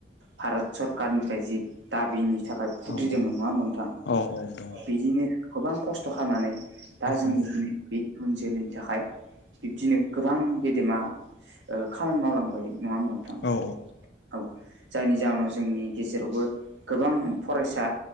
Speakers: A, on the right; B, on the left.
A: भारत सरकारनिफ्राय जि दाबिनि थाखाय खुद्रिदोंमोन
B: औ औ
A: नंङा होमब नोंथां
B: औ औ दङ
A: बिदिनो गोबां खस्थ' खालामनानै दा जोंनि
B: औ
A: बे इयुन जोलैनि थाखाय बिब्दिनो गोबां गेदेमा खामानि मावलांबाय नंङा होनोमबा नोंथां
B: औ
A: औ जायनि जाहोनाव जोंनि गेजेरावबो गोबां फरायसा